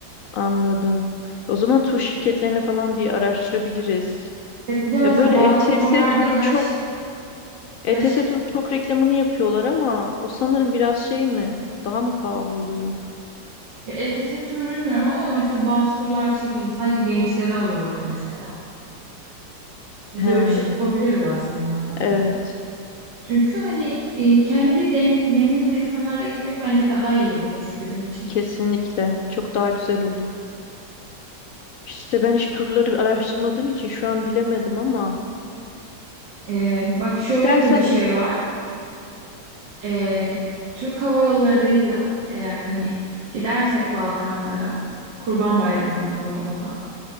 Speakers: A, on the left; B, on the right.
A: Anladım. O zaman tur şirketlerini falan bir araştırabiliriz.
B: Evet bir de mesela
A: Ya böyle
B: bazı
A: ETS
B: turlarda
A: turun
B: yaş
A: çok ETS
B: yaş
A: turun çok reklamını yapıyorlar ama o sanırım biraz şey mi? Daha mı pahalı oluyor?
B: Ya ETS turu bilmiyorum ama mesela bazı turlar şey hani sadece gençleri alıyorlar mesela. Biz
A: He,
B: öyle bir şey yapabiliriz aslında mesela.
A: evet,
B: Çünkü hani e, kendi denk, dengimiz insanlarla gitmek bence daha iyi olur bizim için.
A: kesinlikle. Çok daha güzel olur. İşte ben hiç turları araştırmadığım için şu an bilemedim ama
B: E, bak şöyle
A: istersen
B: de bir şey
A: ilk
B: var. E, Türk Hava Yolları'yla eğer hani gidersek Balkanlara Kurban Bayramı'nda bu arada